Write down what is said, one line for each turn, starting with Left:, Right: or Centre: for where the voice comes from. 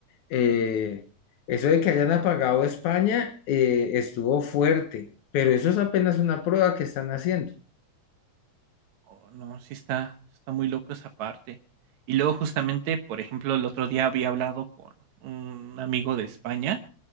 Left: Eh, eso de que hayan apagado España eh, estuvo fuerte, pero eso es apenas una prueba que están haciendo.
Right: Oh, no, sí está está muy loco esa parte. Y luego, justamente, por ejemplo, el otro día había hablado con un amigo de España,